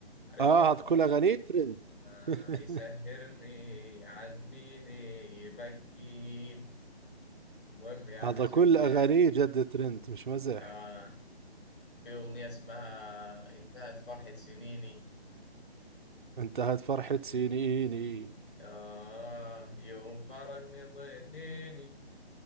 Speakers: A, on the left; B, on the right.
A: عارفها؟
B: آه هذا كل أغانيه ترند
A: آه
B: <laughs>
A: يسهرني عنيني يبكيني المهم يعني
B: هذا
A: عشان
B: كل أغانيه جد ترند مش مزح
A: آه في أغنية اسمها انتهت فرحة سنيني
B: انتهت فرحة سنيني
A: آه يوم فرقني ضنيني